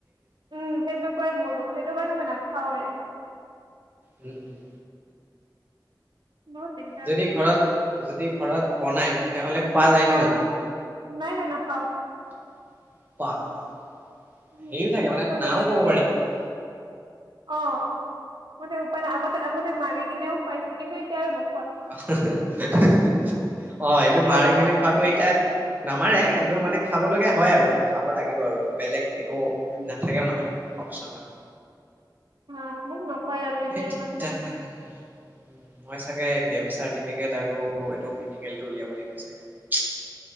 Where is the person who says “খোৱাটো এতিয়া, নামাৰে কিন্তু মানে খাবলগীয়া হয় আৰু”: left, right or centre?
Right